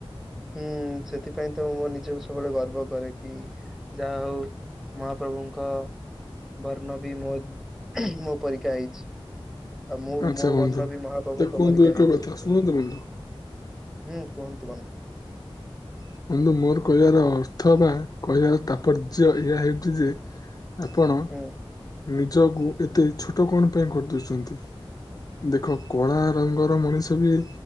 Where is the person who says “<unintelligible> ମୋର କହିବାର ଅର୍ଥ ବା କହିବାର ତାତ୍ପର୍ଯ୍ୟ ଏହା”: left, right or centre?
Left